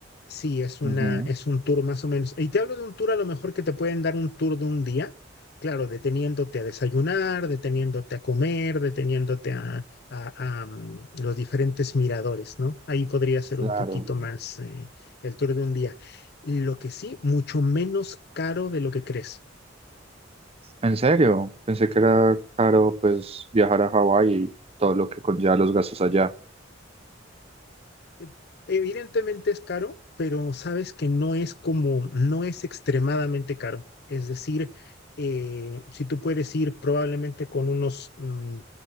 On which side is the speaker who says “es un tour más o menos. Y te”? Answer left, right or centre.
Left